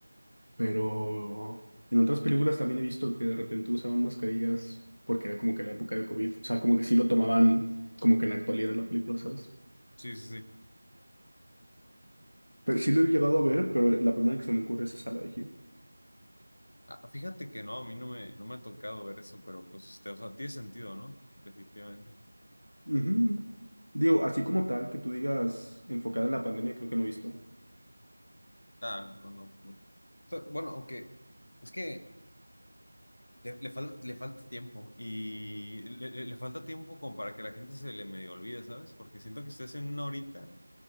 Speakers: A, on the left; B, on the left.
A: Pero en otras películas también he visto que de repente usaban mascarillas porque era como que la época de COVID. O sea, como que sí lo tomaban como que en la actualidad de la película, ¿sabes?
B: Sí, sí, sí.
A: Pero sí lo he llegado a ver, pero la primera que se me ocurre es esa, la de Him.
B: Ah, fíjate que no, a mí no me, no me ha tocado ver eso, pero pues, este, o sea, tiene sentido, ¿no? Definitivamente.
A: Ujú. Digo, así como tal, que tú digas enfocada en la pandemia, creo que no he visto.
B: Ah, no, no. no. Bueno, aunque, es que Le, le falta, le falta tiempo y le, le- le falta tiempo como para que la gente se le medio olvide, ¿sabes? Porque siento que si hacen una horita,